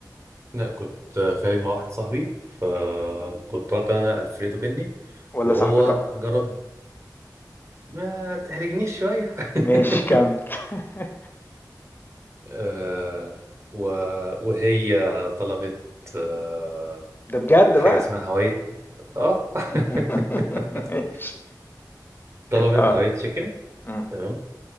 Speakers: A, on the right (about 40°); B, on the left (about 25°).
A: لا كنت خارج مع واحد صاحبي فكنت طلبت انا الفريدو بيني
B: ولا
A: وهو
B: صاحبتك هو-
A: جرب ما تحرجنيش شويه
B: ماشي
A: <laughs>
B: كمل <laughs>
A: آه، و- وهي طلبت آه،
B: ده بجد
A: حاجة
B: بقى
A: اسمها هواي اه <laughs>
B: <laughs> ماشي
A: طلبت
B: اه
A: هواي تشيكن
B: مم.
A: تمام